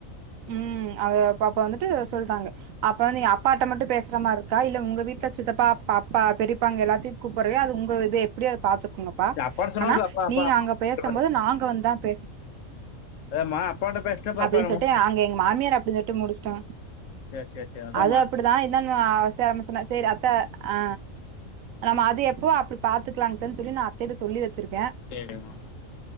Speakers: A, on the right (about 80°); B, on the left (about 70°).
A: ம் அத அப்ப அப்ப வந்துட்டு சொல்ட்டாங்க அப்ப வந்து ஏ அப்பாட்ட மட்டு பேசுற மாரி இருக்கா இல்ல உங்க வீட்ல சித்தப்பா அப்பா பெரியப்பாங்க எல்லாத்தையு கூப்புர்றயோ அது உங்க இது அப்டியாது பாத்துக்கோங்கப்பா
B: அப்பாட்ட சொன்னா
A: ஆனா
B: அப்பா அப்பா
A: நீங்க அங்க
B: கூப்டுவாரு
A: பேசம்போது நாங்க வந்துதா பேச
B: ஏம்மா அப்பாட்ட பேசிட்டா அப்ப
A: அப்டின்னு
B: அப்பா என்ன
A: சொல்ட்டு
B: பண்ணு
A: அங்க எங்க மாமியார் அப்டினு சொல்ட்டு முடிச்ட்டோங்க
B: சேர் சேர் சேர் அதாம்மா
A: அது அப்டி அப்டிதா இதான்னுவா சேர் அப்டி சொன்ன சேரி அத்த ஆ நம்ம அது எப்பவோ அப்டி பாத்துக்கலாங்கத்தன்னு சொல்லி நா அத்தேட்ட சொல்லி வச்சிருக்கே
B: டே டே மா